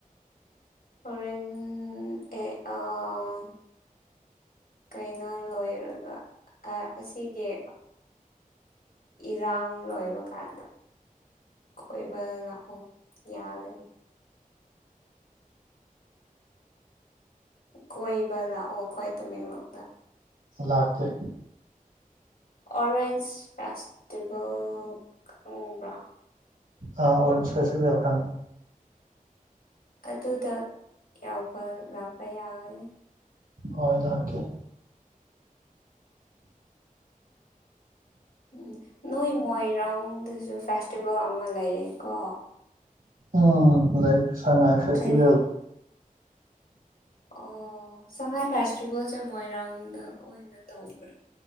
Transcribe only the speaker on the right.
ꯂꯛꯀꯦ
ꯑꯥ ꯑꯣꯔꯦꯟꯖ ꯐꯦꯁꯤꯐꯜ ꯈꯪꯉꯦ
ꯍꯣꯏ ꯂꯥꯛꯀꯦ
ꯎꯝ ꯂꯩ ꯁꯉꯥꯏ ꯐꯦꯁꯇꯤꯚꯦꯜ